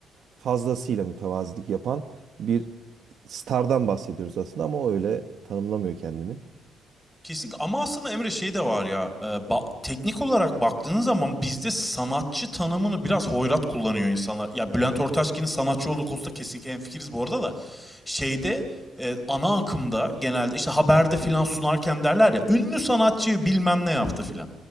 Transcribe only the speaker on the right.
fazlasıyla mütevazilik yapan bir stardan bahsediyoruz aslında ama o öyle tanımlamıyor kendini.